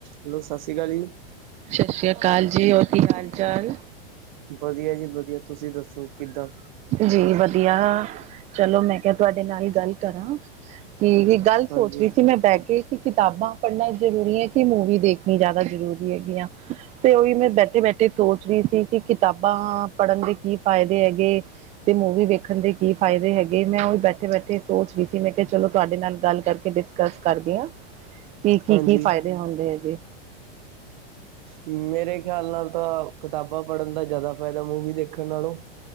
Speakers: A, on the right; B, on the right.
A: Hello ਸਤਿ ਸ੍ਰੀ ਅਕਾਲ ਜੀ
B: ਸਤਿ ਸ੍ਰੀ ਅਕਾਲ ਜੀ ਹੋਰ ਕੀ ਹਾਲ ਚਾਲ
A: ਵਧੀਆ ਜੀ ਵਧੀਆ ਤੁਸੀਂ ਦੱਸੋ ਕਿੱਦਾਂ
B: ਜੀ ਵਧੀਆ ਚਲੋ ਮੈਂ ਕਿਹਾ ਤੁਹਾਡੇ ਨਾਲ ਗੱਲ ਕਰਾਂ ਇਕ ਗੱਲ
A: ਹਾਂਜੀ
B: ਸੋਚ ਰਹੀ ਸੀ ਮੈਂ ਬਹਿ ਕੇ ਕਿਤਾਬਾਂ ਪੜ੍ਹਨਾ ਜ਼ਰੂਰੀ ਹੈ ਕਿ ਮੂਵੀ ਦੇਖਣੀ ਜ਼ਿਆਦਾ ਜ਼ਰੂਰੀ ਹੈਗੀ ਆ ਤੇ ਉਹੀ ਮੈਂ ਬੈਠੇ ਬੈਠੇ। ਸੋਚ ਰਹੀ ਸੀ ਕਿ ਕਿਤਾਬਾਂ ਪੜ੍ਹਨ ਦੇ ਕੀ ਫਾਇਦੇ ਹੈਗੇ ਤੇ ਮੂਵੀ ਵੇਖਣ ਦੇ ਕੀ ਫਾਇਦੇ ਹੈਗੇ ਮੈਂ ਉਹੀ ਬੈਠੇ ਬੈਠੇ ਸੋਚ ਵੀ ਸੀ ਮੈਂ ਕਿਹਾ ਚਲੋ ਤੁਹਾਡੇ ਨਾਲ ਗੱਲ ਕਰਕੇ। ਡਿਸਕਸ ਕਰਦੀ ਹਾਂ ਕਿ ਕੀ
A: ਹਾਂਜੀ
B: ਕੀ ਫਾਇਦੇ ਹੁੰਦੇ ਇਹਦੇ।
A: ਮੇਰੇ ਖਿਆਲ ਨਾਲ ਤਾਂ ਕਿਤਾਬਾਂ ਪੜ੍ਹਨ ਦਾ ਜ਼ਿਆਦਾ ਫ਼ਾਇਦਾ ਮੂਵੀ ਦੇਖਣ ਨਾਲੋਂ।